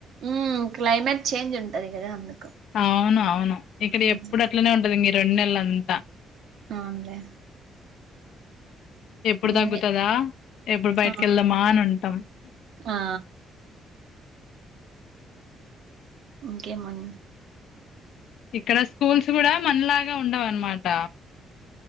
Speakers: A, on the right; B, on the left.
A: ఉ క్లైమేట్ చేంజ్ ఉంటది కదా అందుకు
B: అవును అవును ఇక్కడ
A: ఉమ్,
B: ఎప్పుడు అట్లనే ఉంటది ఈ రెండు నెలలు అంతా
A: అవునులే
B: ఎప్పుడు తగ్గుతదా
A: ఇంగే
B: ఎప్పుడు బయటికి
A: ఆ
B: వెళ్దామా అని ఉంటాం
A: ఆ ఇంకే మన
B: ఇక్కడ స్కూల్స్ కూడా మనలాగా ఉండవు అన్నమాట